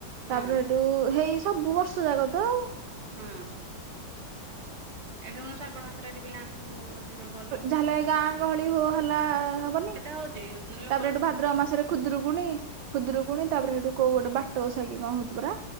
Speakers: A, on the right; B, on the right.
A: ହଁ
B: ତାପରେ ହେଟୁ ହେଇ ସବୁ ବର୍ଷ ଜାକ ତ ଆଉ।
A: ହୁଁ। ଏ ଯୋଉ ଶ୍ରାବଣ ମାସରେ ଏଠି ପିଲାମାନେ ସବୁ ଯିବେ ବୋଲବମ୍
B: ଯାହେଲେ ଗାଁ ଗହଳି ହୋ ହାଲା ହବନି?
A: <unintelligible> ହଉଚି ଲୋ
B: ତାପରେ ହେଠୁ ଭାଦ୍ରବ ମାସରେ ଖୁଦୁରୁକୁୁଣି, ଖୁଦୁରୁକୁଣି ତାପରେ ହେଟୁ କୋଉ ଗୋଟେ ବାଟ ଓଷା କଣ ହଉଚି ପରା?